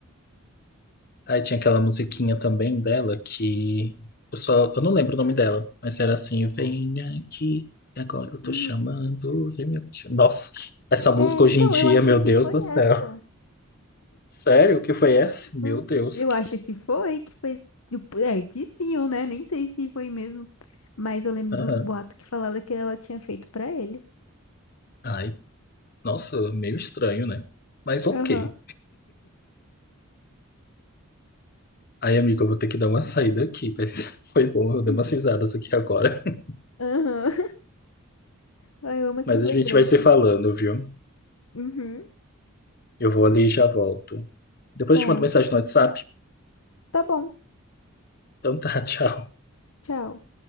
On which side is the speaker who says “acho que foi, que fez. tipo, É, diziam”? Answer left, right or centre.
Left